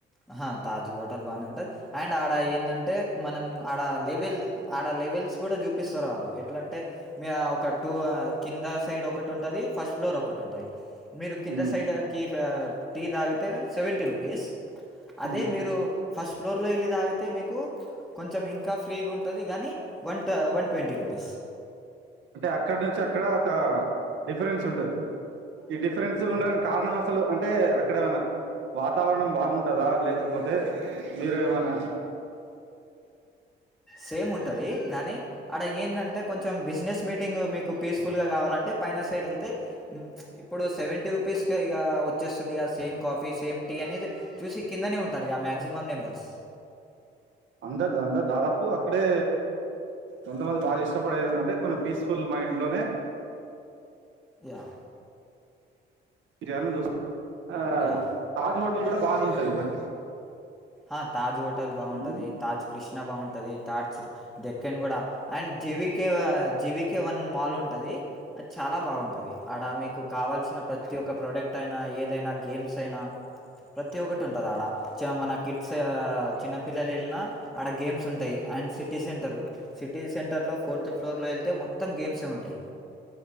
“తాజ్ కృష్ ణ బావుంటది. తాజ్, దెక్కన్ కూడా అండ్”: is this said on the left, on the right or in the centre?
Centre